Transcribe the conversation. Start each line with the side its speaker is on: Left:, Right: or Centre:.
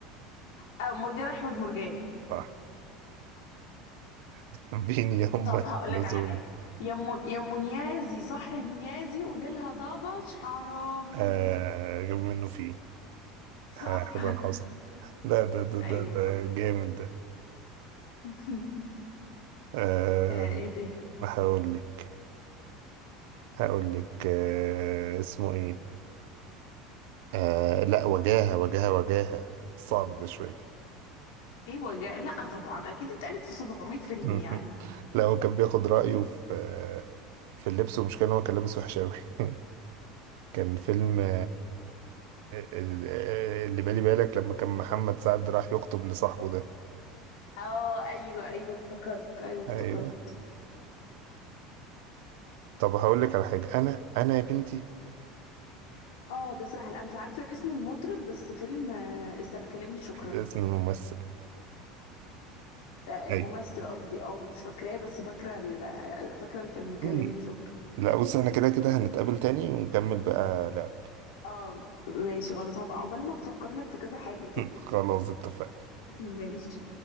Left: اه مرجان احمد مرجان
Right: صح <laughs> مين يما
Left: طب هقول
Right: الحلزونة
Left: لك على حاجه يا ام يا ام نيازي صح يا نيازي قولي لها ضبش حرامي
Right: آه غير منه فيه
Left: صح
Right: آه، حسن حسني لا ده ده
Left: <laughs> ايوه
Right: ده ده
Left: صح
Right: جامد ده
Left: <laughs>
Right: أه
Left: آه، ايه تاني
Right: هقول لك هقول لك أه اسمه ايه أه لا وجاهة وجاهة وجاهة صعب ده شوية
Left: ايوه جا... لا طبعا اكيد اتقالت في 700 فيلم
Right: <laughs>
Left: يعني
Right: لا هو كان بياخد رأيه في في اللبس ومش كان هو كان لابس وحش أوي <laughs> كان فيلم أه ال- آه، اللي بالي بالك لما كان محمد سعد راح يخطب لصاحبه ده
Left: اه ايوه ايوه افتكرت ايوه افتكرت
Right: ايوه طب هقول لك على حاجة انا انا يا بنتي
Left: اه ده سهل انا مش عارفه اسم المطرب بس فيلم آه، استنى كلمني شكرا
Right: اسم الممثل
Left: آه، الممثل
Right: ايوه
Left: قصدي اه مش فاكراه بس فاكره ال... آه، فاكره الفيلم كلمني
Right: <laughs>
Left: شكرا
Right: لا بص احنا كده كده هنتقابل تاني ونكمل بقى لعب
Left: اه ماشي خلاص هقف عقبال ما افكر لك في كذا حاجه كده
Right: <laughs> خلاص اتفقنا
Left: ماشي